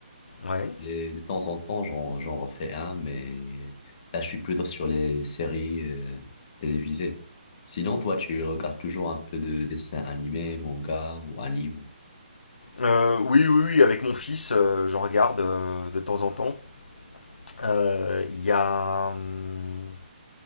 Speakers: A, on the left (about 75°); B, on the left (about 35°).
A: Ouais.
B: et de temps en temps, j'en, j'en refais un, mais là, je suis plutôt sur les séries euh, télévisées. Sinon, toi, tu regardes toujours un peu de dessins animés, manga ou anime.
A: Euh, oui, oui, oui, avec mon fils, euh, j'en regarde euh, de temps en temps. Euh, Il y a... hum,